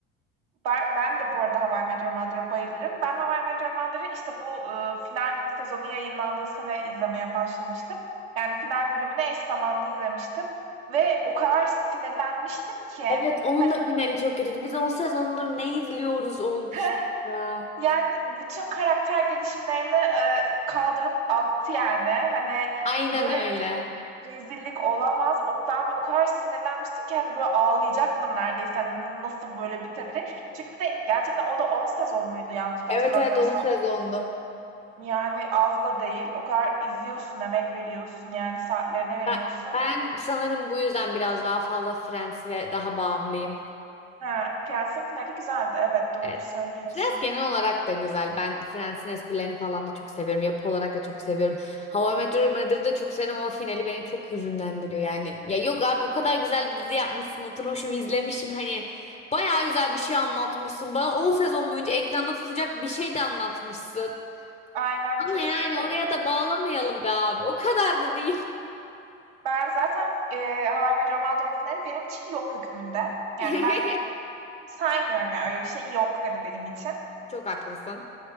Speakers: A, on the right; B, on the left.
A: Ben, ben de bu arada How I Met Your Mother'a bayılırım. Ben How I Met Your Mother'ı işte bu e, final sezonu yayınlandığı sene izlemeye başlamıştım. Yani final bölümünü eş zamanlı izlemiştim. Ve o kadar sinirlenmiştim ki
B: Evet onun
A: hani
B: da finali çok kötüydü. Biz 10 sezondur ne izliyoruz olmuştu
A: <laughs>
B: ya.
A: yani bütün karakter gelişimlerini e, kaldırıp attı yani. Hani
B: Aynen
A: böyle
B: öyle.
A: Rezillik olamaz. Oktan ve o kadar sinirlenmiştim ki hani böyle ağlayacaktım neredeyse. Hani N- Nasıl böyle bitebilir? Çünkü bir de gerçekten o da 10 sezon muydu yanlış hatırlamıyorsam.
B: Evet evet 10 sezondu.
A: Yani az da değil. O kadar izliyorsun, emek veriyorsun yani saatlerine veriyorsun.
B: Ben, ben sanırım bu yüzden biraz daha fazla Friends'e daha bağımlıyım.
A: Ha, Prens'in finali güzeldi. Evet doğru
B: Evet.
A: söylüyorsun.
B: Friends genel olarak da güzel. Ben Friends'in esprilerini falan da çok seviyorum. Yapı olarak da çok seviyorum. How I Met Your Mother'ı da çok severim ama finali beni çok hüzünlendiriyor yani. Ya yok abi o kadar güzel bir dizi yapmışsın. Oturmuşum izlemişim hani. Bayağı güzel bir şey anlatmışsın. Bana 10 sezon boyunca ekranda tutacak bir şey de anlatmışsın.
A: Aynen
B: Ama
A: kesinlikle.
B: yani oraya da bağlamayalım be abi. O kadar da değil.
A: Ben zaten e, How I Met Your Mother'ın finali benim için yok hükmünde.
B: <laughs>
A: Yani ben saymıyorum ya öyle bir şey yok hani benim için.
B: Çok haklısın.